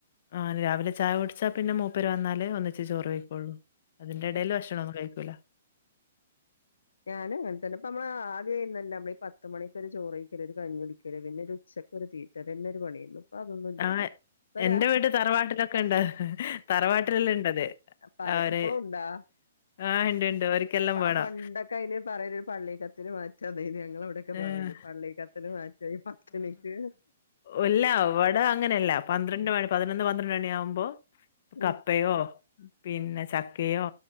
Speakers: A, on the left; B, on the left.
A: ആ രാവിലെ ചായ കുടിച്ചാ പിന്നെ അര് വന്നല്ല് ഒന്നിച്ച് ചോറ് കഴിക്കുവള്ളൂ അതിന്റെ ഇടയിൽ
B: ആഹ്
A: ഭക്ഷണം ഒന്നും കഴിക്കില്ല
B: ഞാൻ അങ്ങനെ തന്നെ അപ്പൊ നമ്മള് ആദ്യ ചെയുന്ന <inaudible> പത്ത് മണിക്കൊരു ചോറ് കഴിക്കല് ഒരു കഞ്ഞൊടിക്കല് പിന്നെ ഒരു ഉച്ചക്ക് ഒരു തീറ്റ തന്നെ ഒരു പണിയന്ന അപ്പൊ അതൊന്നും
A: ആ
B: ഇല്ലാട്ടാ <inaudible> ഇരാ
A: എന്റെ വീട് തറവാട്ടിലൊക്കെണ്ട്. തറവാട്ടിലെല്ലാം ഇണ്ടത്.
B: പറാ
A: അവര്
B: എപ്പോഴും ഉണ്ടാ
A: ആ ഇണ്ട്, ഇണ്ട്. ഓര്ക്കെല്ലാം
B: ആ
A: വേണം.
B: പണ്ടൊക്കെ അയിന് പറയുന്ന ഒരു പള്ളി കത്തിന് മാറ്റം അത <inaudible> നിങ്ങളുടെ അവിടെയൊക്കെ
A: ഏഹ്
B: പറയല് പള്ളികത്താണ് വായിച്ചത് പതനിക്
A: ഉല്ല ഇവിടെ അങ്ങനെയല്ല പന്ത്രണ്ട് മണി പതിനൊന്ന് പന്ത്രണ്ട് മണി ആവുമ്പോ
B: ഉം.
A: കപ്പയോ പിന്നെ ചക്കയോ